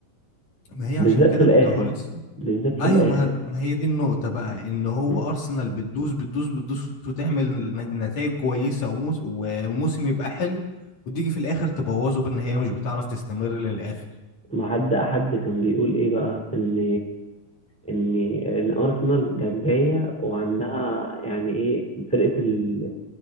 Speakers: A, on the left (about 55°); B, in the centre.
A: ما هي
B: بالذات
A: عشان كده
B: في الاخر
A: كنت هو لسه
B: بالذات في
A: ايوه
B: الاخر
A: ما هي ما هي دي النقطة بقى ان هو
B: م-
A: ارسنال بتدوس بتدوس بتدوس وتعمل نتائج كويسة وموس وموسم يبقى حلو وتيجي في الاخر تبوظه بان هي مش بتعرف تستمر للاخر
B: ما حد حد كان بيقول ايه بقى ان ان ان ارسنال كانت جايه وعندها يعني ايه فرقه ال-